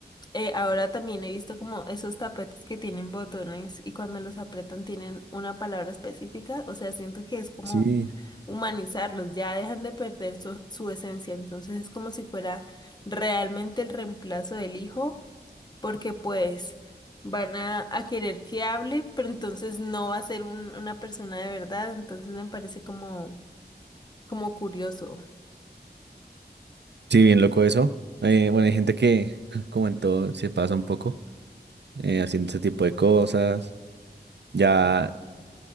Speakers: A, on the left (about 25°); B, on the right (about 80°).
A: eh, ahora también he visto como esos tapetes que tienen botones y cuando los apretan tienen una palabra específica. O sea, siento que es como
B: Sí,
A: humanizarlos, ya dejan de perder su, su esencia. Entonces es como si fuera realmente el reemplazo del hijo, porque pues van a, a querer que hable, pero entonces no va a ser un- una persona de verdad. Entonces me parece como, como curioso.
B: sí, bien loco eso. Eh, bueno, hay gente que, c- como en todo, se pasa un poco eh, haciendo ese tipo de cosas. Ya